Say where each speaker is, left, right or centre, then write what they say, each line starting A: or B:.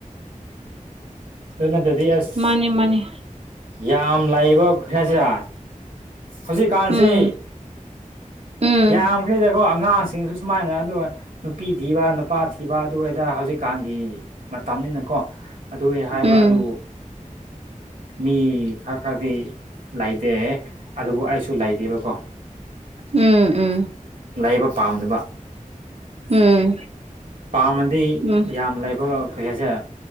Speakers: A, on the right (about 75°); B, on the right (about 45°).
A: ꯑꯗꯨ ꯅꯠꯇꯗꯤ ꯑꯁ
B: ꯃꯥꯅꯤ ꯃꯥꯅꯤ
A: ꯌꯥꯝ ꯂꯥꯛꯏꯑꯕꯣ ꯈꯩꯁꯥꯁꯤꯗ ꯍꯧꯖꯤꯛꯀꯥꯟꯁꯤ
B: ꯎꯝ ꯎꯝ
A: ꯌꯥꯝꯈ꯭ꯔꯦꯗꯀꯣ ꯑꯉꯥꯡꯁꯤꯡꯁꯨ ꯁꯨꯃꯥꯏꯅ ꯑꯗꯨꯒ ꯅꯨꯄꯤ ꯊꯤꯕ ꯅꯨꯄꯥ ꯊꯤꯕ ꯑꯗꯨꯗ ꯍꯧꯖꯤꯛꯀꯥꯟꯒꯤ ꯃꯇꯝꯅꯤꯅꯀꯣ ꯍꯥꯏꯕ
B: ꯎꯝ
A: ꯑꯗꯨꯕꯨ ꯃꯤ ꯈꯔ ꯈꯔꯗꯤ ꯂꯩꯇꯦ ꯑꯗꯨꯕꯨ ꯑꯩꯁꯨ ꯂꯩꯇꯦꯕꯀꯣ
B: ꯎꯝ ꯎꯝ
A: ꯂꯩꯥꯏꯕ ꯄꯥꯝꯗꯕ
B: ꯎꯝ
A: ꯄꯥꯝꯃꯗꯤ
B: ꯎꯝ ꯎꯝ
A: ꯌꯥꯝ ꯂꯩꯕ ꯀꯩꯁꯦ